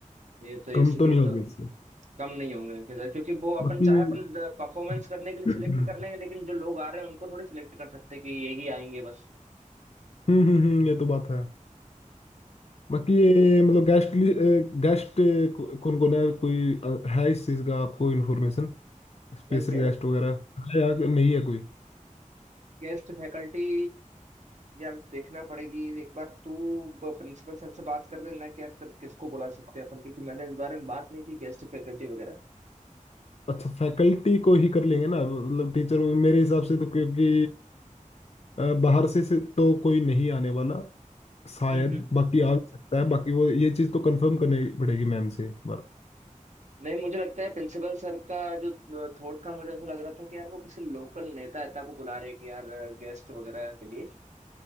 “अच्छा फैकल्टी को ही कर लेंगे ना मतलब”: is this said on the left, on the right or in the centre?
Left